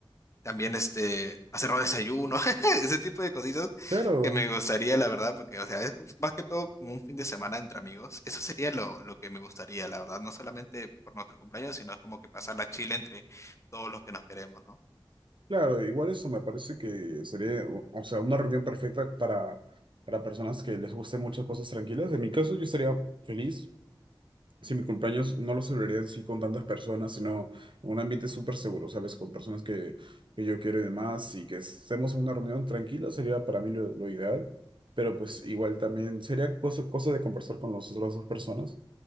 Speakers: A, on the left; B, on the right.
A: también este, hacer un desayuno, <laughs> ese tipo de cositas
B: Claro,
A: que me gustaría, la verdad, porque, o sea, es más que todo como un fin de semana entre amigos. Eso sería lo, lo que me gustaría, la verdad, no solamente por nuestro cumpleaños, sino como que pasar la chile entre todos los que nos queremos, ¿no?
B: claro, igual eso me parece que sería, o, o sea, una reunión perfecta para, para personas que les gusten muchas cosas tranquilas. En mi caso yo estaría feliz Si mi cumpleaños no lo celebraría así con tantas personas, sino en un ambiente súper seguro, ¿sabes? Con personas que, que yo quiero y demás, y que estemos en una reunión tranquila, sería para mí lo, lo ideal, pero pues igual también sería cosa, cosa de conversar con las otras dos personas.